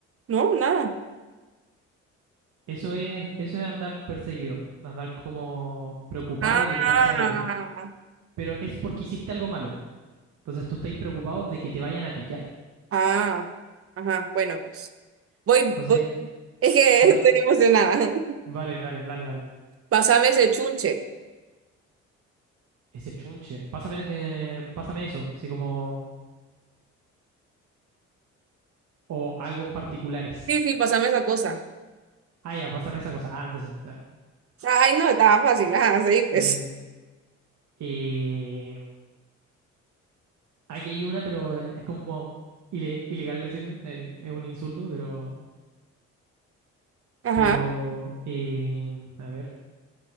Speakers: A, on the right; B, on the right.
A: No, nada.
B: Eso es, eso es andar perseguido. Andar como preocupado
A: Ah,
B: de que te pase algo. Pero es porque hiciste algo malo. Entonces tú estás preocupado de que te vayan a pillar.
A: Ah, ajá, bueno, pues. Voy,
B: Entonces,
A: voy. <laughs> Es que
B: anda.
A: estoy emocionada.
B: Vale, vale, dale, dale.
A: Pásame ese chunche.
B: Ese chunche. Pásame, eh, pásame eso. Así como. O algo en particulares.
A: Sí, sí, pásame esa cosa.
B: Ah, ya, pásame esa cosa. Ah, entonces. ya.
A: Ay, no, estaba fácil. Ajá, sí, pues.
B: Eh, Eh, aquí hay una, pero es es como ile- ilegal decirla, eh, es un insulto, pero,
A: Ajá,
B: pero eh, a ver,